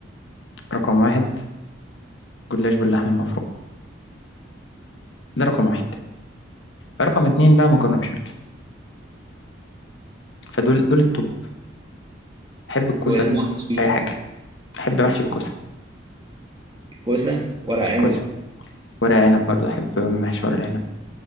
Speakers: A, on the left (about 70°); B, on the right (about 25°).
A: رقم واحد جلاش باللحمة المفرومة ده رقم واحد رقم اتنين بقى مكرونه بشاميل فدول دول التوب بحب الكوسه
B: والمحشي
A: في اي حاجه بحب محشي الكوسه
B: كوسه ورق عنب
A: كوسه ورق عنب برضه احب محشي ورق العنب